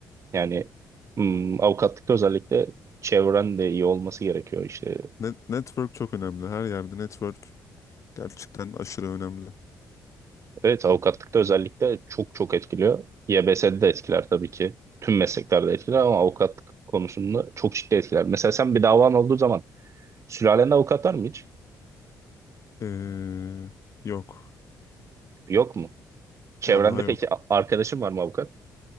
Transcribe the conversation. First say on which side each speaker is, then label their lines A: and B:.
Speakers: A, on the right; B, on the left.
A: Yani hmm, avukatlıkta özellikle çevren de iyi olması gerekiyor işte.
B: Net, network çok önemli. Her yerde network gerçekten aşırı önemli.
A: Evet avukatlıkta özellikle çok çok etkiliyor. YBS'de de etkiler tabii ki. Tüm mesleklerde etkiler ama avukatlık konusunda çok ciddi etkiler. Mesela sen bir davan olduğu zaman Sülalen avukat var mı hiç?
B: Ee, yok.
A: Yok mu? Çevrende
B: Vallahi
A: peki
B: yok.
A: a- arkadaşın var mı avukat?